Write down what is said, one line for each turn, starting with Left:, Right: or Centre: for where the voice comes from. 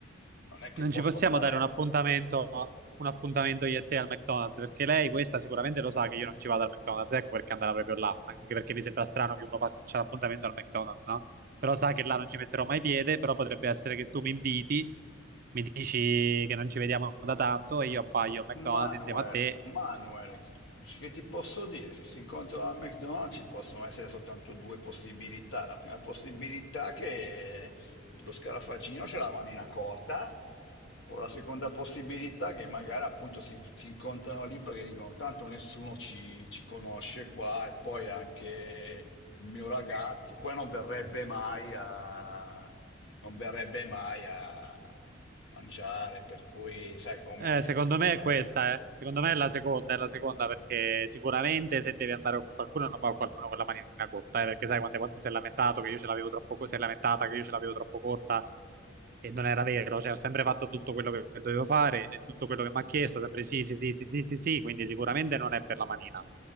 Left: non è che
Right: Non
Left: posso
Right: ci possiamo
Left: fare...
Right: dare un appuntamento, un appuntamento io e te al McDonald's, perché lei questa sicuramente lo sa che io non ci vado al McDonald's, ecco perché andava proprio là, anche perché mi sembra strano che uno faccia l'appuntamento al McDonald's, no? Però sa che là non ci metterò mai piede, però potrebbe essere che tu mi inviti, mi dici che non ci vediamo da tanto e io appaio al McDonald's
Left: Manuel,
Right: insieme a te
Left: Manuel, chi- che ti posso dire? Se si incontrano al McDonald's ci possono essere soltanto due possibilità. La prima possibilità è che lo scarafaggino c'è la manina corta, o la seconda possibilità è che magari appunto si, si incontrano lì perché dicono tanto nessuno ci, ci conosce qua e poi anche il mio ragazzo qua non verrebbe mai a, non verrebbe mai a mangiare, per cui sai com'è.
Right: Eh, secondo me è
Left: eh.
Right: questa, eh. Secondo me è la seconda, è la seconda perché sicuramente se devi andare con qualcuno non va con qualcuno con la manina corta, eh, perché sai quante volte si è lamentato che io ce l'avevo troppo, co- si è lamentata che io ce l'avevo troppo corta e non era vero, cioè ho sempre fatto tutto quello che dovevo fare e tutto quello che mi ha chiesto, sempre sì, sì, sì, sì, sì, sì, sì, quindi sicuramente non è per la manina.